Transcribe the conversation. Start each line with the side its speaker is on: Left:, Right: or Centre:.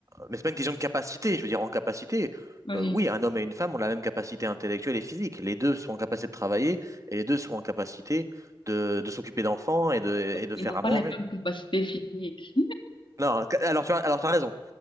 Right: mais c'est pas une question de capacité, je veux dire, en capacité,
Left: Oui.
Right: euh, oui, un homme et une femme ont la même capacité intellectuelle et physique. Les deux sont en capacité de travailler, et les deux sont en capacité de, de s'occuper d'enfants et de, et de
Left: Ils
Right: faire
Left: n'ont
Right: à
Left: pas
Right: manger.
Left: les mêmes capacités physiques.
Right: Non, ca- alors tu as, alors t'as raison.